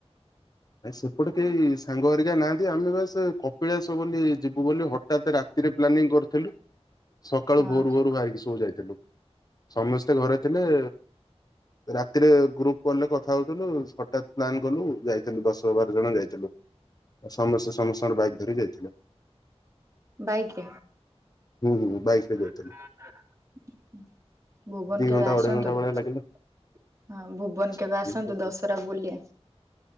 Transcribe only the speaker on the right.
ହଁ
ବାଇକ୍
<inaudible> ଭୁବନ
କେବେ
ଆସନ୍ତୁ
ହଁ
ଭୁବନ
କେବେ ଆସନ୍ତୁ
ଦଶରା ବୁଲିଆ